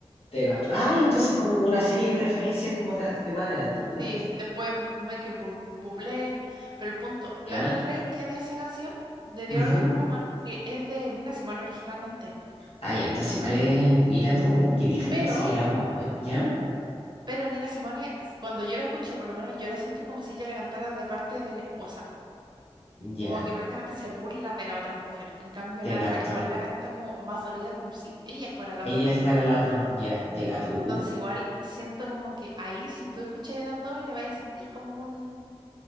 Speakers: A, on the left; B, on the right.
A: Te capto. Ah, y entonces como una serie de referencias como de, de más adelante, ¿no?
B: Sí, después Michael Bu- Bublé, pero el punto, Lana
A: Ya.
B: del Rey tiene esa canción de The
A: Ujú.
B: Organ Woman que es de Nina Simone originalmente,
A: Ah, ya, entonces igual es. Mira tú, uh, qué vieja,
B: pero,
A: yo pensé que era algo más moderno. ¿Ya?
B: pero Nina Simone, es- cuando yo la escucho, por lo menos yo la siento como si ella la cantara de parte de la esposa,
A: Ya,
B: como que prácticamente se burla de la otra mujer. En cambio,
A: te
B: Lana
A: capto.
B: igual la canta como más dolida, como si ella fuera la
A: Ella
B: otra mujer.
A: es para la otra. Ya, te capto. uh.
B: Entonces igual siento como que ahí, si tú escuchas a las dos, le vayas a sentir como un,